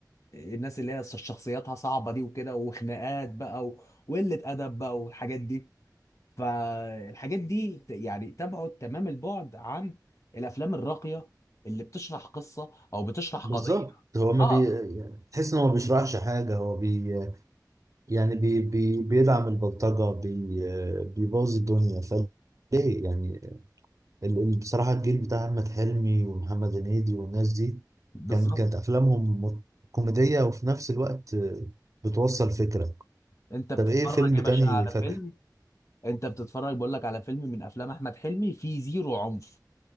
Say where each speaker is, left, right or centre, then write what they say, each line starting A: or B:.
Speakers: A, on the left (about 45°); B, on the right (about 45°).
A: الناس اللي هي شخصياتها صعبة دي وكده وخناقات بقى و- وقلة أدب بقى والحاجات دي فالحاجات دي ت- يعني تبعد تمام البعد عن الأفلام الراقية اللي بتشرح قصة أو بتشرح
B: بالظبط
A: قضية
B: هو ما
A: اه
B: بي يعني تحس إن هو ما بيشرحش حاجة هو بي يعني بي بي بيدعم البلطجة بي بيبوظ الدنيا فليه يعني ال- ال- بصراحة الجيل بتاع أحمد حلمي ومحمد هنيدي والناس دي
A: بالظبط
B: كان كانت أفلامهم مت- كوميدية وفي نفس الوقت بتوصل فكرة
A: انت بتتفرج
B: طب إيه فيلم تاني
A: يا باشا على
B: فاكره؟
A: فيلم انت بتتفرج بقول لك على فيلم من افلام احمد حلمي فيه زيرو عنف